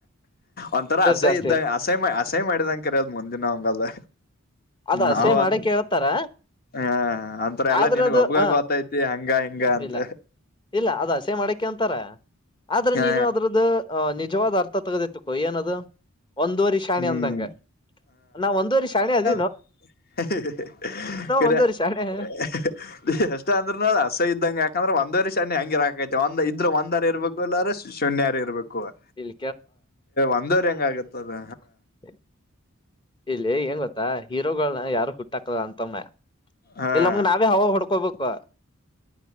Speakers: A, on the left; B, on the left.
A: ಒಂಥರ ಅಸಹ
B: ಜಾಸ್ತಿ
A: ಇದ್ದ ಅಸಹ ಅಸಹ ಮಾಡಿದಂ ಕರ ಅದ್ ಮುಂದಿನ ಅಂಗದ
B: ಅದ
A: ನಾವ
B: ಅಸಹ್ಯ ಮಾಡಕ್ಕೆ ಹೇಳ್ತಾರ
A: ಹಾ ಒಂತರ ಎಲ್ಲಾ
B: ಆದ್ರ
A: ನನ್ಗ್
B: ಅದು
A: ಒಬ್ಬಗ
B: ಹ
A: ಗೊತ್ತೈತಿ ಹಂಗ ಹಿಂಗ ಅಂತ
B: ಇಲ್ಲ ಇಲ್ಲ ಅದ ಹಸೇ ಮಾಡಕೆ ಅಂತಾರ ಆದ್ರೆ
A: ಹ
B: ನೀನು ಅದ್ರದ್ದ ಅ ನಿಜವಾದ ಅರ್ಥ ತಗದಿತ್ತು ಪಾ ಏನದು ಒಂದುವರಿ ಶಾಣಿ
A: ಹ್ಮ್
B: ಅಂದಂಗ ನಾವು ಒಂದುವರಿ ಶಾಣಿ ಅದ
A: ಹ ಹ ಹ ಹ ಕರೆ
B: ಒಂದೂವರಿ
A: ಹ
B: ಶಾಣೆ
A: ಹ ಹ ಹ ಎಷ್ಟ ಅಂದ್ರನು ಅಸಯ್ಯಾ ಇದ್ದಂಗೆ ಯಾಕಂದ್ರೆ ಒಂದ್ವರಿ ಶನಿ ಹಂಗಿರಾಕೈತೆ ಒಂದ ಇದ್ರರು ಒಂದರ ಇರಬೇಕು ಇಲ್ಲೆ ಶೂನ್ಯಾರರ ಇರಬೇಕು ಹಕುವ
B: ಇಲ್
A: ಒಂದವರ ಹೆಂಗ ಆಗತ್ತ ಅಲ್ಲ
B: ಹ ಇಲ್ಲಿ ಏನ್ ಗೊತ್ತಾ ಹೀರೋಗಳನ ಯಾರು ಹುಟ್ಟಾಕ್ತದ ಅಂತಮ್ಮ
A: ಹಾ
B: ಇಲ್ಲ ನಮ್ಗ ನಾವೇ ಹವ ಹೊಡ್ಕೊಬೇಕು